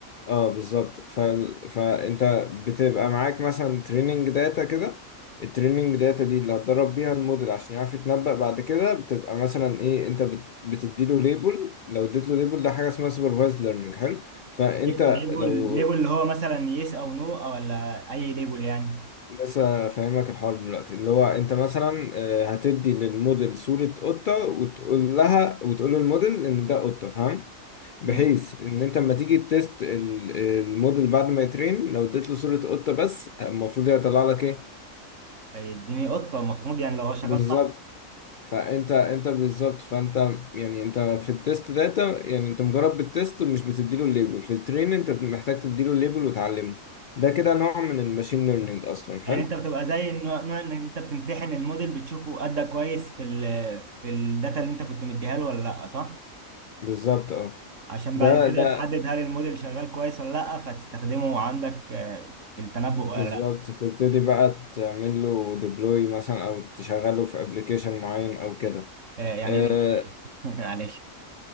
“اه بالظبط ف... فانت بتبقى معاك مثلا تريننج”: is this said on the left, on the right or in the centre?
Left